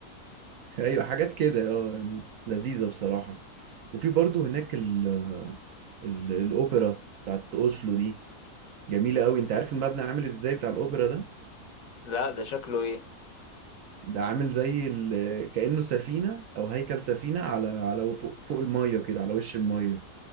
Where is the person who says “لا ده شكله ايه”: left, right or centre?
Left